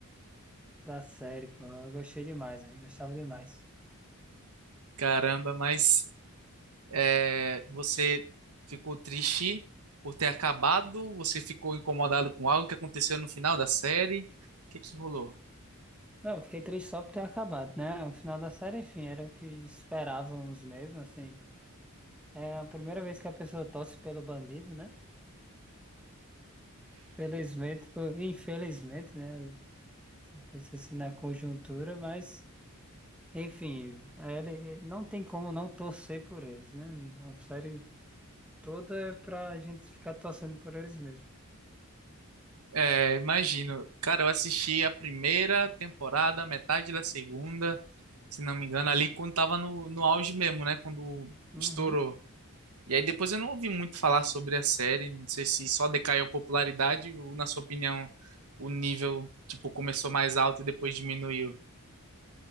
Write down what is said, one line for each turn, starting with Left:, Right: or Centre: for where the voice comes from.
Centre: da série, pô, eu gostei demais, velho, gostava demais.
Right: Caramba, mas é, você ficou triste por ter acabado? Você ficou incomodado com algo que aconteceu no final da série? O que que rolou?
Centre: Não, eu fiquei triste só por ter acabado, né, o final da série, enfim, era o que esperávamos mesmo, assim. É a primeira vez que a pessoa torce pelo bandido, né? Felizmente, ou infelizmente, né, você pensa assim na conjuntura, mas... Enfim, ele, ele- não tem como não torcer por eles, né? A série toda é pra gente ficar torcendo por eles mesmo.
Right: É, imagino. Cara, eu assisti a primeira temporada, metade da segunda, se não me engano, ali quando tava no, no auge mesmo, né? Quando
Centre: Uhum.
Right: estourou. E aí depois eu não ouvi muito falar sobre a série, não sei se só decaiu a popularidade ou, na sua opinião, o nível, tipo, começou mais alto e depois diminuiu.